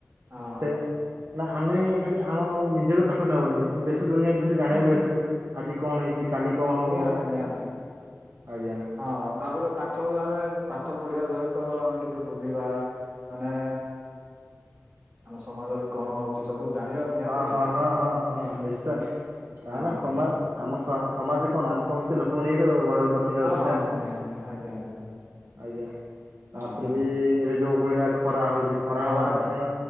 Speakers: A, on the right; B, on the right.
A: ହଁ।
B: ସେ ନା ଆମେ ଖାଲି ଆମ ନିଜ ବି ପାଠ ପଢ଼ିଲେ ହବନି ଦେଶ ଦୁନିଆ ବିଷୟରେ ଜାଣିବାର
A: ହୁଁ
B: ଅଛି। ଆଜି କଣ ହେଇଛି କାଲି କଣ ହବ
A: ନିହାତି ନିହାତି
B: ଆଜ୍ଞା
A: ହଁ ତାପରେ ପାଠ ଆମେ ପାଠ ପଢିବା ସହିତ ଆମେ ଟିକେ ବୁଲିବା ମାନେ ଆମ ସମାଜରେ କଣ ହଉଛି ସବୁ ଜାଣିବା ନିହାତି
B: ହଁ
A: ଦରକାର।
B: ହଁ ହଁ ହଁ ହଁ ନିଶ୍ଚୟ କାହିଁକି
A: ହଁ
B: ନା ସମାଜ ଆମ ସମାଜ କଣ ଆମ ସମସ୍ତେ ଲୋକଙ୍କୁ ନେଇ ଗଠିତ ତ
A: ହଁ
B: ଅଛି ନା।
A: ନିହାତି ଆଜ୍ଞା ଆଜ୍ଞା
B: ଆଜ୍ଞା
A: ହଁ
B: ତାପରେ ବି ଏବେ ଯୋଉ ଭଳିଆ
A: ହଁ।
B: ଖରା ହଉଛି ଖରା
A: ହଁ
B: ହବାର କାରଣ